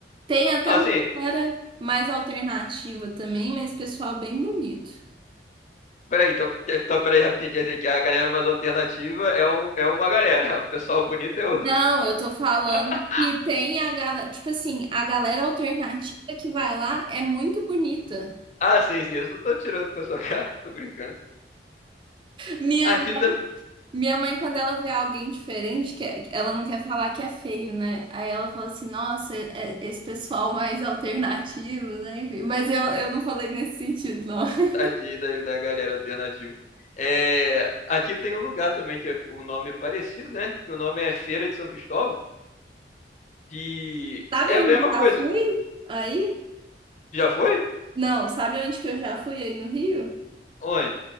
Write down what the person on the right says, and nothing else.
Tem até
uma galera mais alternativa também, mas pessoal bem bonito.
Não, eu tô falando
que tem a galera, tipo assim, a galera alternativa que vai lá é muito bonita.
Minha,
minha mãe, quando ela vê alguém diferente, que é- ela não quer falar que é feio, né? Aí ela fala assim, nossa, é- é esse pessoal mais alternativo, né? Enfim, mas eu, eu não falei nesse sentido, não. <laughs>
Sabe
onde
eu já
fui? Aí?
Não, sabe onde que eu já fui aí no Rio?